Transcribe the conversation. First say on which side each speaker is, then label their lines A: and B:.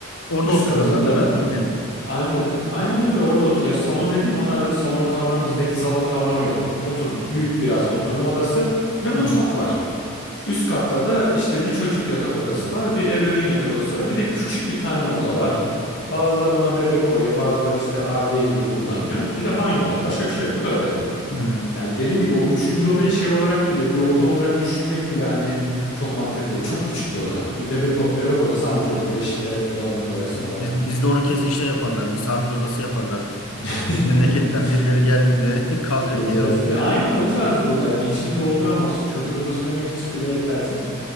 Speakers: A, on the left; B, on the left.
A: Orada
B: Üst
A: oturuyorlar
B: katında
A: değil
B: da
A: mi? Tüm gün.
B: aynı aynen öyle orada otur. Ya salon dediğim onlarda bir salon kavramı bizdeki salon kavramı yok. Oturma büyük biraz oturma odası ve mutfak
A: Hı hı.
B: var. Üst katta da işte bir çocuk yatak odası var, bir ebeveyn yatak odası var, bir de küçük bir tane oda var. Bazıları ona bebek koyuyor, bazıları işte ardiye gibi kullanıyor. Bir de banyo var. Başka bir şey yok. Bu kadar ev.
A: Hı.
B: Yani dediğim gibi o üçüncü odayı şey olarak bile bir oda olarak düşünmek bile hani çok mantıklı değil. Çok küçük bir oda. Bir bebek, bebek odası anca olur. Beşikte dolabını koyarsın o
A: Biz,
B: kadar.
A: bizde onu kesin şey yaparlar. Misafir odası yaparlar.
B: <laughs>
A: Memleketten birileri geldiğinde <laughs> kalacak
B: Biri geleceği
A: yeri
B: aslında.
A: olsun
B: E,
A: diye.
B: aynı o tarz bir oda yani içini dolduramazsın. Çocuk odası demek için bile yetersiz.